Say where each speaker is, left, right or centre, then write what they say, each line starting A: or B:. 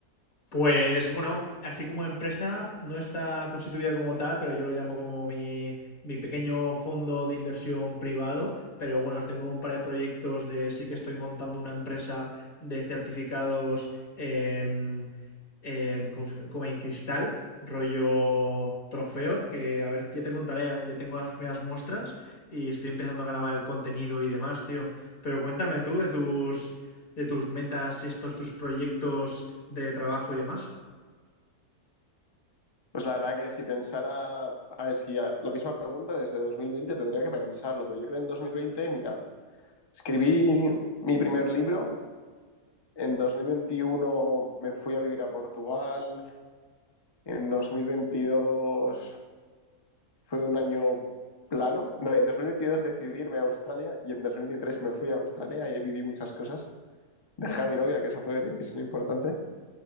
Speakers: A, on the left; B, on the left.
A: Pues bueno, así como empresa, no está constituida como tal, pero yo lo llamo como mi, mi pequeño fondo de inversión privado, pero bueno, tengo un par de proyectos de sí que estoy montando una empresa de certificados en, en- ¿cómo se- como en cristal, rollo trofeo, que a ver, ya te contaré, ya tengo las primeras muestras y estoy empezando a grabar el contenido y demás, tío. Pero cuéntame tú de tus de tus metas, estos tus proyectos de trabajo y demás.
B: Pues la verdad que si pensara, a ver, si a- la misma pregunta desde 2020 tendría que pensarlo, pero yo creo en 2020 mira, escribí mi primer libro, en 2021 me fui a vivir a Portugal, En 2022 fue un año plano. No, en 2022 decidí irme a Australia y en 2023 me fui a Australia y ahí viví muchas cosas. Dejé a mi novia, que eso fue una decisión importante